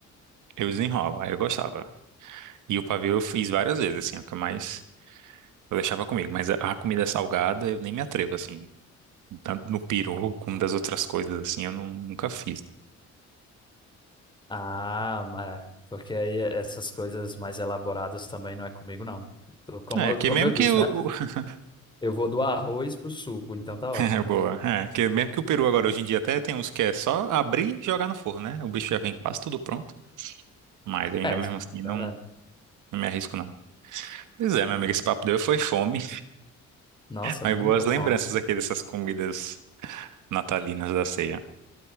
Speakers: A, on the right; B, on the left.
A: eu desenrolo. Aí eu gostava. E o pavê eu fiz várias vezes, assim, é o que eu mais eu deixava comigo. Mas a a comida salgada eu nem me atrevo, assim. Tanto no peru como das outras coisas, assim, eu não- nunca fiz.
B: Ah, é. Porque aí essas coisas mais elaboradas também não é comigo, não. Tô- Como,
A: É,
B: eu-
A: que
B: <laughs> como
A: mesmo
B: eu disse,
A: que o.
B: né?
A: o- <laughs>
B: Eu vou do arroz pro suco, então tá
A: É,
B: ótimo.
A: boa. É, que mesmo que o peru agora hoje em dia até tem uns que é só abrir e jogar no forno, né? O bicho já vem quase tudo pronto. Mas ainda
B: É,
A: mesmo
B: isso,
A: assim,
B: verdade.
A: não, não me arrisco, não. Pois é, meu amigo, esse papo deu foi fome.
B: Nossa,
A: Aí
B: muita
A: boas
B: fome.
A: lembranças aqui dessas comidas natalinas da ceia.